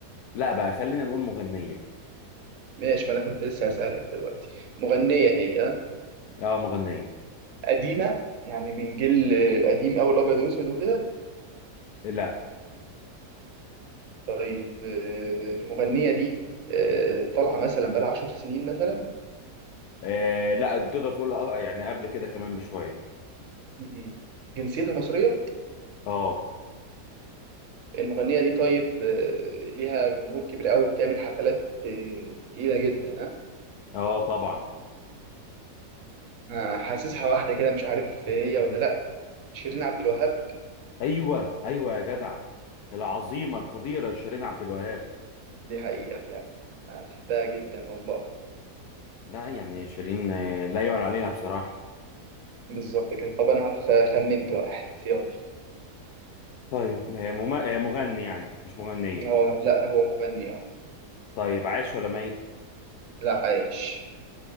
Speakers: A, on the left; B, on the right.
A: لا بقى خلينا نقول مغنية
B: ماشي ما أنا كنت لسه هسألك دلوقتي مغنية هي آه؟
A: آه مغنية
B: قديمة يعني من جيل القديم أوي الأبيض وأسود وكده
A: لا
B: طيب آه، المغنية دي آه، طالعة مثلا بقالها 10 سنين مثلا
A: آه لا تقدر تقول آه، يعني قبل كده كمان بشوية
B: مم. جنسيتها مصرية
A: آه
B: المغنية دي طيب آه، ليها جمهور كبير قوي بتعمل حفلات آه، تقيلة جدا ها
A: آه طبعا
B: آه، حاسسها واحدة كده مش عارف هي ولا لأ شيرين عبد الوهاب
A: أيوه أيوه يا جدع العظيمة القديرة شيرين عبد الوهاب
B: دي حقيقة يعني أنا بحبها جدا والله
A: لا يعني شيرين آه، لا يعلى عليها بصراحة
B: بالظبط كده طب أنا خ- خمنت واحد يلا
A: طيب هي مم... هي مغني يعني مش مغنية
B: هو لأ هو مغني اه
A: طيب عايش ولا ميت
B: لا عايش